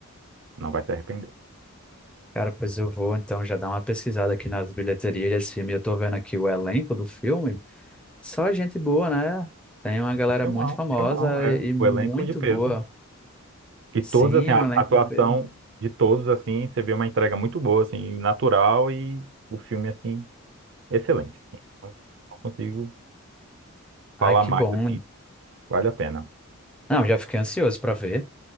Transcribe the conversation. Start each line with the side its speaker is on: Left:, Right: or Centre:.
Right: não vai se arrepender.
Centre: Cara, pois eu vou, então, já dar uma pesquisada aqui nas bilheterias desse filme, eu tô vendo aqui o elenco do filme, só gente boa, né? Tem uma galera
Right: Um Filmão,
Centre: muito famosa
Right: um filmão, é.
Centre: e e muito
Right: O elenco de peso.
Centre: boa.
Right: E
Centre: Sim,
Right: todos, assim, a
Centre: um elenco
Right: a atuação
Centre: de peso.
Right: de todos, assim, você vê uma entrega muito boa, assim, natural e o filme, assim, excelente. assim. Não não consigo
Centre: Ai,
Right: falar
Centre: que
Right: mais,
Centre: bom.
Right: assim, vale a pena.
Centre: Não, já fiquei ansioso para ver.